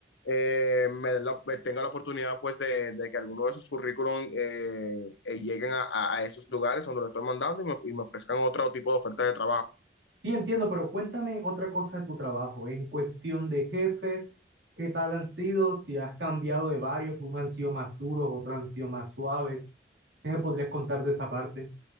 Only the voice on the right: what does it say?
Sí, entiendo, pero cuéntame otra cosa de tu trabajo, en cuestión de jefes, ¿qué tal han sido? Si has cambiado de varios, unos han sido más duros, otros han sido más suaves. ¿Qué me podrías contar de esa parte?